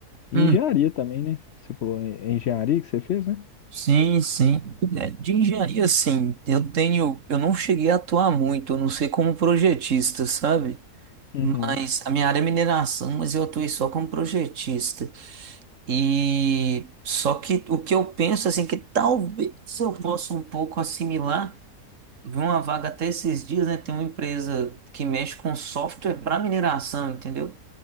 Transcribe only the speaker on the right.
Uhum.
Sim, sim. É, De engenharia, sim eu tenho, eu não cheguei a atuar muito, eu não sei como projetista, sabe?
Mas a minha área é mineração, mas eu atuei só como projetista. E só que o que eu penso, assim, que talvez eu possa um pouco assimilar. Eu Vi uma vaga até esses dias, né? Tem uma empresa que mexe com software para mineração, entendeu?